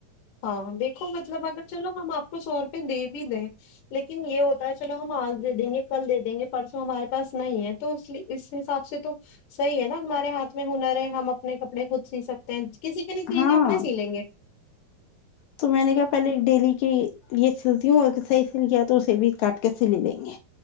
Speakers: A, on the left; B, on the left.
A: ہاں دیکھو مطلب اگر چلو ہم آپ کو سو روپئے دے بھی دیں لیکن یہ ہوتا ہے چلو ہم آج دے دیں گے کل دے دیں گے پرسوں ہمارے پاس نہیں ہے تو اس اس حساب سے تو صحیح ہے نا ہمارے ہاتھ میں ہنر ہے ہم اپنے کپڑے خود سی سکتے کسی کے نہیں سیئیں
B: ہاں
A: گے اپنے سی لیں گے
B: تو میں نے کہ پہلے ڈیلی کی یہ سلتی ہوں اگر صحیح سل گیا تو اسے بھی کاٹ کے سلی لیں گے